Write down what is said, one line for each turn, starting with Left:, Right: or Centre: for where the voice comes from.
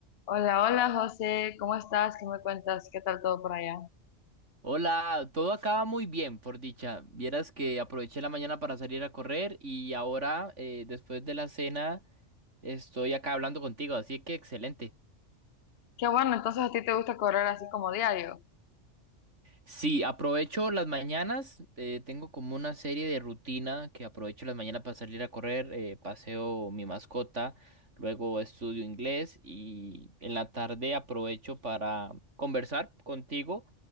Left: Hola, hola José, ¿cómo estás? ¿Qué me cuentas? ¿Qué tal todo por allá?
Right: Hola, todo acaba muy bien, por dicha. Vieras que aproveché la mañana para salir a correr y ahora, eh, después de la cena, estoy acá hablando contigo, así que excelente.
Left: Qué bueno, entonces a ti te gusta correr así como diario.
Right: Sí, aprovecho las mañanas, eh, tengo como una serie de rutina que aprovecho las mañanas para salir a correr, eh, paseo mi mascota, luego estudio inglés y en la tarde aprovecho para conversar contigo